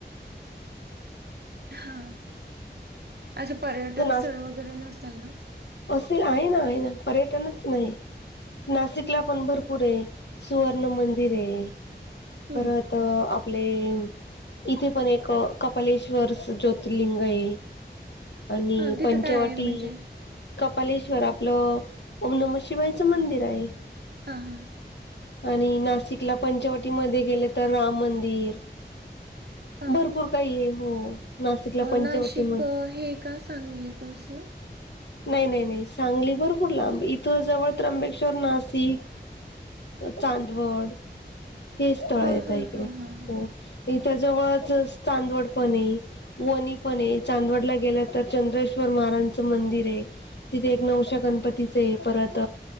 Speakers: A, on the right; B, on the left.
A: हा, असे पर्यटन
B: तसं
A: स्थळ वगैरे नसत्याल ना?
B: ती नाही नाही ना, पर्यटनच नाही. नाशिकलापण भरपूर आहे, सुवर्ण मंदिर आहे.
A: हं,
B: परत तर आपले इथेपण एक कपालेश्वर ज्योतिर्लिंग हे आणि
A: हां तिथं
B: पंचवटी
A: काय आहे म्हणजे?
B: कपालेश्वर आपलं ओम नमशिवायचं मंदिर आहे.
A: हां, हां,
B: आणि नाशिकला पंचवटीमध्ये गेले, तर राम मंदिर. भरपूर
A: हां.
B: काही हाय, हो नाशिकला पंचवटी
A: नाशिक
B: म्हण
A: अं, अ हे का, सांगली? कसलं?
B: नाही नाही नाही सांगली भरपूर लांब, इथं जवळ त्र्यंबेश्वर, नाशिक चांदवड, हे स्थळ
A: हां,
B: येतं
A: हां,
B: इकडे,
A: हां, हां.
B: हो. इथ जवळच चांदवड पण हाय. वो हाय, चांदवडला गेलं तर चंद्रेश्वर महाराजचं मंदिर ते तिथे एक नऊशे गणपतीचे परत